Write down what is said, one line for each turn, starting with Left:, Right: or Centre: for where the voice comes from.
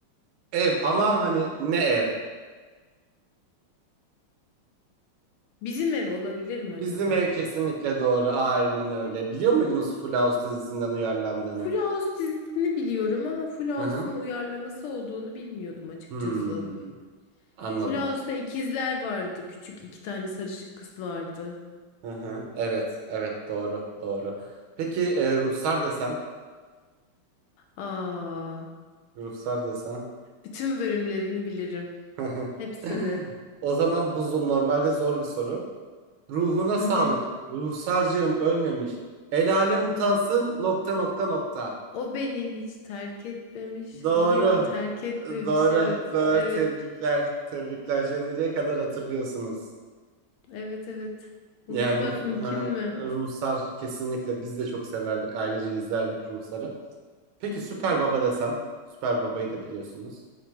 Right: Ev ama
Left: Hmm.
Right: hani ne ev?
Left: Bizim Ev olabilir mi
Right: Bizim
Left: acaba?
Right: ev kesinlikle doğru. Aynen öyle. Biliyor muydunuz Full House dizisinden uyarlandığını?
Left: Full House dizisini biliyorum ama Full House'un
Right: Hı hı.
Left: uyarlaması olduğunu bilmiyordum açıkçası.
Right: Hmm, anladım.
Left: Full House'ta ikizler vardı. Küçük iki tane sarışın kız vardı.
Right: Hı hı. Evet, evet doğru, doğru. Peki e, ruhsar desem,
Left: Aa,
Right: ruhsar desem.
Left: bütün bölümlerini bilirim.
Right: <laughs>
Left: Hepsini.
Right: O zaman bu zo- normalde zor bir soru. Ruhuna
Left: Hı
Right: sağlık.
Left: hı.
Right: Ruhsarcığım ölmemiş. El alem utansın nokta nokta nokta.
Left: O beni hiç terk etmemiş.
Right: Doğru.
Left: O beni terk etmemiş.
Right: Doğru.
Left: Evet.
Right: Doğru.
Left: Evet.
Right: Tebrikler. Tebrikler. Jeneriğe kadar hatırlıyorsunuz.
Left: Evet. Evet. Unutmak
Right: Yani ruh,
Left: mümkün
Right: <laughs>
Left: mü?
Right: Ruhsar kesinlikle biz de çok severdik. Ailece izlerdik Ruhsar'ı. Peki Süper Baba desem. Süper Baba'yı da biliyorsunuz.